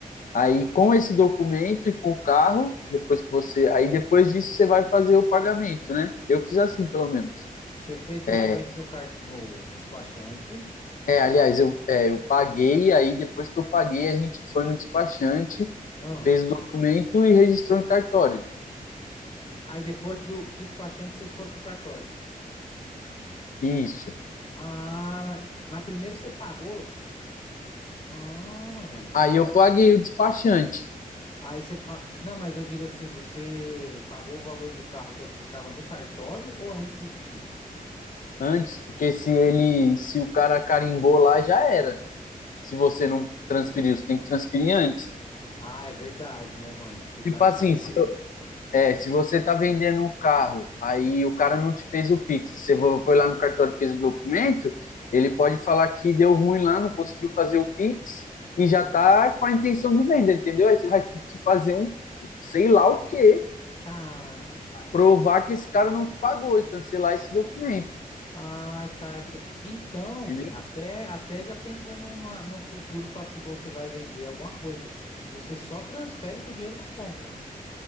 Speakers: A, on the left (about 60°); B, on the left (about 40°).
A: Aí com esse documento e com o carro, depois que você, aí depois disso você vai fazer o pagamento, né? Eu fiz assim, pelo menos.
B: você fez documento
A: É,
B: no car... no despachante.
A: é, aliás, eu, é, eu paguei, aí depois que eu paguei, a gente foi no despachante
B: Ah,
A: Fez o documento e registrou em cartório.
B: aí depois do despachante vocês foram pro cartório.
A: Isso.
B: Ah, mas, mas primeiro você pagou? Ah, mano.
A: Aí eu paguei o despachante
B: Aí você. Pa... Não, mas eu digo assim, você pagou o valor do carro quando você tava no cartório ou antes de ir?
A: antes, porque se ele, se o cara carimbou lá, já era. Se você não transferiu, você tem que transferir antes.
B: Ah, é verdade, né, mano? Se o cara
A: Tipo assim,
B: carimbou
A: se,
B: já.
A: é, se você tá vendendo um carro, aí o cara não te fez o Pix, você vo- foi lá no cartório e fez o documento, ele pode falar que deu ruim lá, não conseguiu fazer o Pix e já tá com a intenção de venda, entendeu? Aí você vai ter que fazer um, sei lá o quê,
B: Caramba, mano.
A: provar que esse cara não te pagou e cancelar esse documento,
B: Ai, cara, que. do- Então,
A: entendeu?
B: até, até já pensando na- no futuro para se você vai vender alguma coisa, você só transfere com o dinheiro na conta.